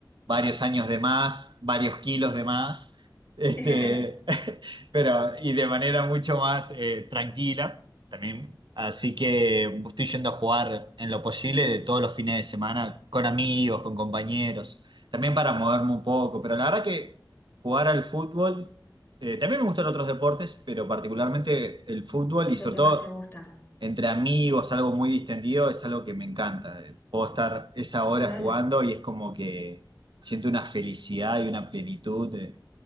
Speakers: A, on the right (about 75°); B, on the left (about 25°).
A: varios años de más, varios kilos de más, este,
B: <laughs>
A: <laughs> pero y de manera mucho más eh, tranquila también. Así que estoy yendo a jugar en lo posible de todos los fines de semana con amigos, con compañeros, también para moverme un poco, pero la verdad que jugar al fútbol. Eh, también me gustan otros deportes, pero particularmente el fútbol
B: Es
A: y sobre
B: el que
A: todo
B: más te gusta.
A: entre amigos, algo muy distendido, es algo que me encanta. Eh, Puedo estar esa hora
B: Claro,
A: jugando y es como que siento una felicidad y una plenitud eh,